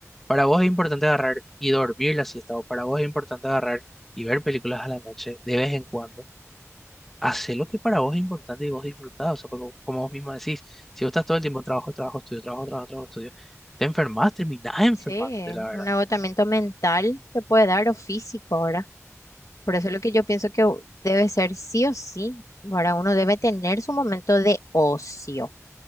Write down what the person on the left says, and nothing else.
Sí,
un agotamiento mental te puede dar o físico, ¿verdad? Por eso es lo que yo pienso que u- debe ser sí o sí, ¿verdad? Uno debe tener su momento de ocio,